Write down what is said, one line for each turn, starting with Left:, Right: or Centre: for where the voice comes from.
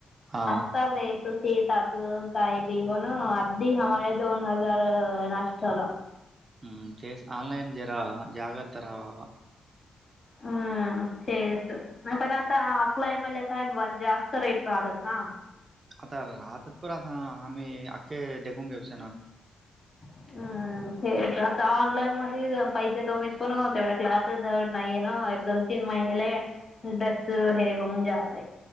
Right: हा
Left: असता बेस त स तातू काय बी बण अधी हमारे दोन हजार नष्ट होला
Right: हम्म तेच आऑनलाईन जरा जाग्रत राहावावा
Left: हा ते अस पण आता ऑफलाईन <unintelligible> काय मजा. रेट राहतात ना
Right: आता राहतात प आता आम्ही अख्खे देखून घेऊस ना.
Left: <unintelligible> तेच आता ऑनलाईन मध्ये पैसे कमीच पण तेवढ्या क्लाथ जवळ नाहीये ना एकदम तीन महिनेले, ड्रेस हे होऊन जातय.